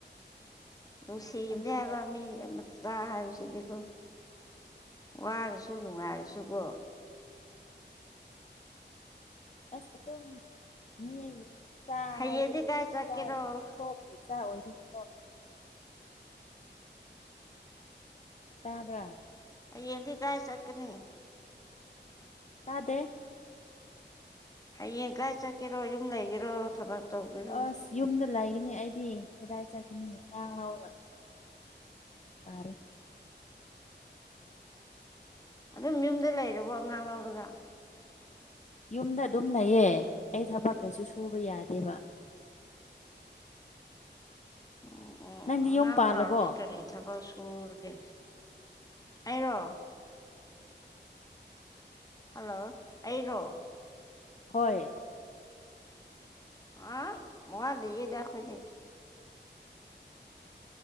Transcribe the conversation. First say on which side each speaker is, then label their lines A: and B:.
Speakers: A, on the left (about 20°); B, on the left (about 40°).
A: ꯅꯨꯡꯁꯤꯕꯅꯦ
B: ꯑꯗꯨꯅꯦ
A: ꯍꯥꯏꯕ
B: ꯑꯗꯨ
A: ꯃꯤ ꯃꯆꯥ ꯍꯥꯏꯕꯁꯤꯗꯤ ꯑꯣ ꯋꯥꯔꯁꯨ ꯅꯨꯡꯉꯥꯏꯔꯁꯨꯀꯣ
B: ꯑꯁ ꯑꯗꯨ ꯃꯤ ꯏꯆꯥ
A: ꯍꯌꯦꯡꯗꯤ
B: ꯍꯥꯏꯕꯗꯤ
A: ꯀꯥꯏ ꯆꯠꯀꯦꯔꯣ
B: ꯏꯆꯥ ꯏ ꯀꯣꯛꯊꯣꯛꯄꯤ ꯏꯆꯥ ꯑꯣꯏꯕꯤꯅꯤ ꯇꯥꯕ꯭ꯔꯥ
A: ꯑꯩꯌꯦꯡꯗꯤ ꯀꯥꯏ ꯆꯀꯅꯤ
B: ꯇꯥꯗꯦ
A: ꯍꯌꯦꯡ ꯀꯥꯏ ꯆꯠꯀꯦꯔꯣ ꯌꯨꯝ ꯂꯩꯒꯦꯔꯣ ꯊꯕꯛ ꯇꯧꯒꯦꯔꯣ
B: ꯑꯁ ꯌꯨꯝꯗ ꯂꯩꯒꯅꯤ ꯑꯩꯗꯤ ꯗꯥ ꯆ ꯀ ꯃꯤ ꯂ ꯇꯔꯦ
A: ꯑꯗꯨꯝ ꯌꯨꯝꯗ ꯂꯩꯔꯕꯣ ꯑꯉꯥꯡ ꯂꯧꯔꯒ
B: ꯌꯨꯝꯗ ꯑꯗꯨꯝ ꯂꯩꯌꯦ ꯑꯩ ꯊꯕꯛ ꯀꯩꯁꯨ ꯁꯨꯕ ꯌꯥꯗꯦꯕ
A: ꯑꯣ ꯑꯣ
B: ꯅꯪꯗꯤ
A: ꯑꯉꯥꯡ
B: ꯌꯨꯝ ꯄꯥꯜꯂꯕꯣ
A: ꯆꯥꯎꯔꯗꯤ ꯀꯔꯤ ꯊꯕꯛ ꯄꯨꯔꯒꯦ ꯑꯩꯔꯣ ꯍꯜꯂꯣ ꯑꯩꯔꯣ
B: ꯍꯣꯏ
A: ꯑ ꯃꯉ ꯂꯩꯌꯦꯗ ꯈꯣꯏꯗ